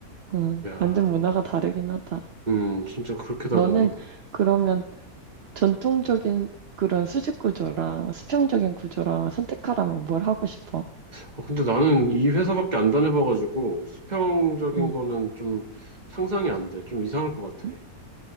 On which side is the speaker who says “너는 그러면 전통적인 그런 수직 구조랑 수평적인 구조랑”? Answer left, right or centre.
Right